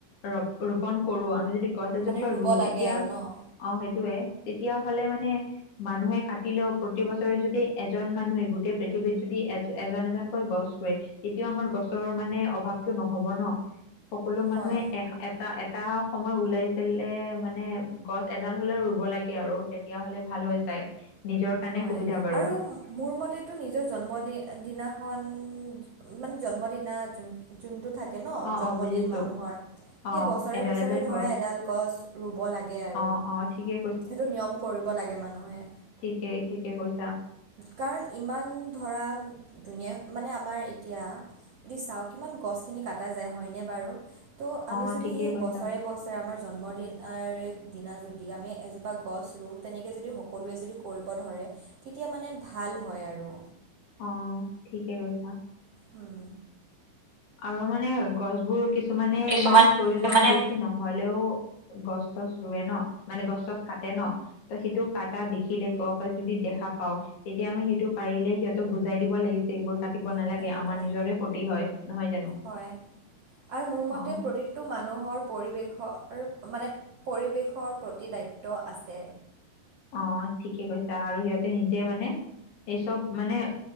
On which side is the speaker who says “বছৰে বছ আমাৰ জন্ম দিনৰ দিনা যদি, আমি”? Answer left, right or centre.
Right